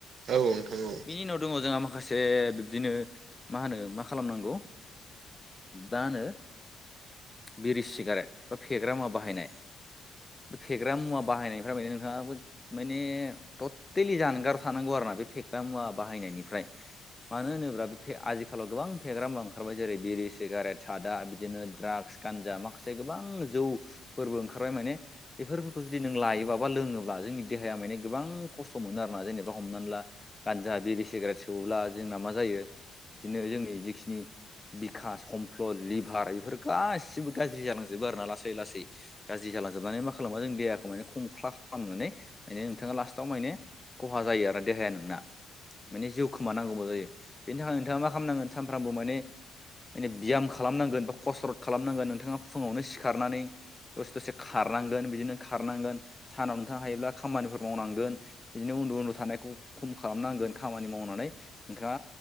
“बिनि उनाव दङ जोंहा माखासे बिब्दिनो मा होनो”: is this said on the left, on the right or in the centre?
Left